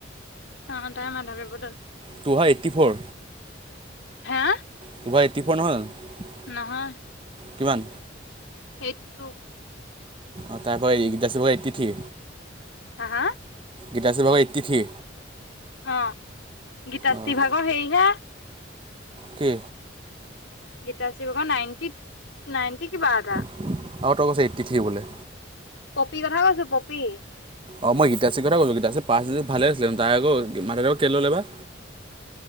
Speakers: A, on the left; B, on the right.
A: অ তাই মাধৱদেৱৰ বদল
B: টোহা এইট্টি ফ'ৰ
A: হা
B: টু এইট্টি ফোৰ নহয় জানো
A: নহয়
B: কিমান
A: সেইটোক
B: অঁ তাৰ পৰা <unintelligible> এইট্টি থ্ৰী
A: হা হা
B: গীতাশ্ৰী বাবু এইট্টি থ্ৰী
A: অঁ গীতাশ্ৰীভাগৰ
B: অঁ
A: হেৰিহে
B: কে
A: গীতাশ্ৰি ভাগৰ নাইনটি নাইনটি কিবা এটা
B: আৰু ত কৈছে এইট্টি থ্ৰী বোলে
A: পপি কথা কৈছো পপী
B: অঁ মই গীতাশ্ৰীৰ কথা কৈছোঁ গীাাৰী পাছ যে ভালে আছিলে তাই আক মা দেউক কেলৈ ল'লে বা